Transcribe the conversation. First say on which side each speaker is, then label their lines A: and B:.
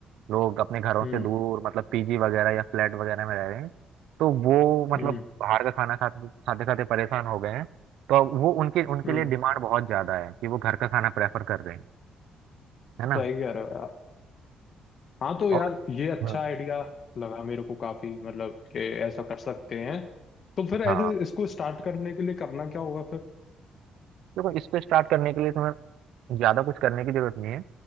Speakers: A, on the right (about 85°); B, on the left (about 55°).
A: लोग अपने घरों
B: हम्म
A: से दूर मतलब पीजी वगैरह या फ्लैट वगैरह में रह रहे हैं तो वो मतलब
B: हम्म
A: बाहर का खाना खाते खाते खाते परेशान हो गए हैं तो अब वो उनके उनके
B: हम्म
A: लिए डिमांड बहुत ज्यादा है कि वो घर का खाना प्रेफर कर रहे हैं है ना
B: सही कह रहे हो यार हाँ तो यार
A: और
B: ये अच्छा
A: हम्म,
B: आइडिया लगा मेरे को काफी मतलब कि ऐसा कर सकते हैं तो फिर ऐसे
A: हाँ
B: इसको स्टार्ट करने के लिए करना क्या होगा फिर
A: देखो इसको स्टार्ट करने के लिए तुम्हें ज्यादा कुछ करने की जरूरत नहीं है